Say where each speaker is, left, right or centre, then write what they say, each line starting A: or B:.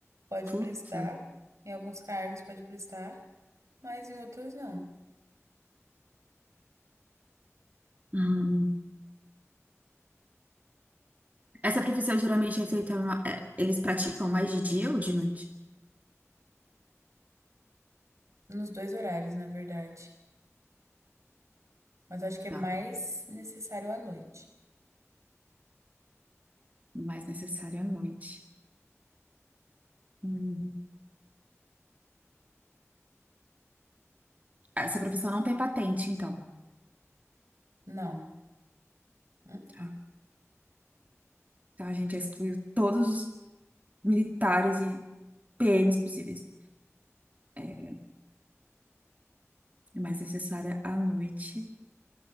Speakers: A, on the right; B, on the right.
A: Pode
B: Puta.
A: prestar, em alguns cargos pode prestar, mas em outros não.
B: Hum, Essa profissão geralmente é feita, ma- é, eles praticam mais de dia ou de noite?
A: Nos dois horários, na verdade. Mas acho que é
B: Tá,
A: mais necessário à noite.
B: o mais necessário é à noite. Hum. Essa profissão não tem patente, então.
A: Não. Uh-uh.
B: Tá. Então a gente já excluiu todos os militares e PMs possíveis. É, é mais necessária à noite,